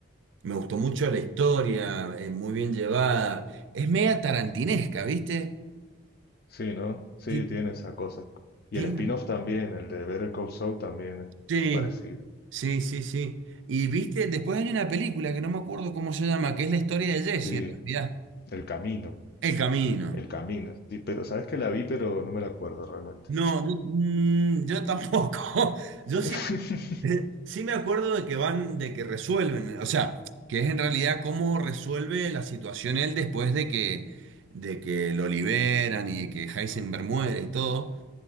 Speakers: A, on the right; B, on the left.
A: Me gustó mucho la historia, eh, muy bien llevada. Es media tarantinesca, ¿viste?
B: Sí, ¿no? Sí,
A: Ti-
B: tiene esa cosa. Y
A: tiene-
B: el spin-off también, el de Better Call Saul también es
A: Sí,
B: muy parecido.
A: sí, sí, sí. Y viste, después hay una película que no me acuerdo cómo se llama, que es la historia de Jesse,
B: Sí,
A: en realidad.
B: El Camino,
A: El camino.
B: El Camino. Sí, pero sabes que la vi, pero no me la acuerdo realmente.
A: No, yo, mm, yo tampoco. <laughs> Yo
B: <laughs>
A: sí, me- <laughs> sí me acuerdo de que van, de que resuelven, o sea, que es en realidad cómo resuelve la situación él después de que, de que lo liberan y que Heisenberg muere y todo.